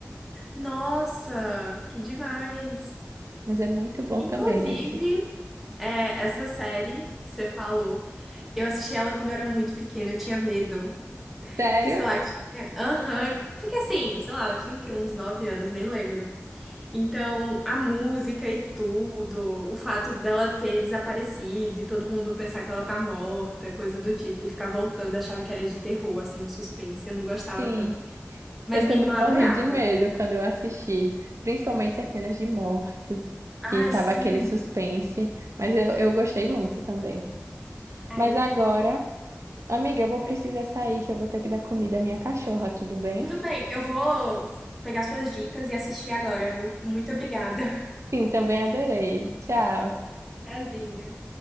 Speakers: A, in the centre; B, on the right.
A: Nossa, que demais!
B: Mas é muito bom
A: Inclusive,
B: também esse.
A: é, essa série que você falou, eu assisti ela quando eu era muito pequena, eu tinha medo.
B: Sério?
A: Porque, sei lá, tinha. Aham. Porque assim, sei lá, eu tinha o quê? Uns nove anos, nem lembro. Então, a música e tudo, o fato dela ter desaparecido e todo mundo pensar que ela tá morta, coisa do tipo, e ficar voltando, achava que era de terror, assim, um suspense. Eu não gostava
B: Sim.
A: tanto. Mas
B: Eu
A: minha
B: também
A: irmã adorava.
B: morri de medo quando eu assisti. Principalmente as cenas de morte,
A: Ai,
B: que tava
A: sim.
B: aquele suspense. Mas eu, eu gostei muito também.
A: Ai,
B: Mas
A: muito
B: agora,
A: bom.
B: amiga, eu vou precisar sair, que eu vou ter que dar comida à minha cachorra, tudo bem?
A: Tudo bem, eu vou pegar suas dicas e assistir agora, viu? Muito obrigada.
B: Sim, também adorei. Tchau.
A: Prazer.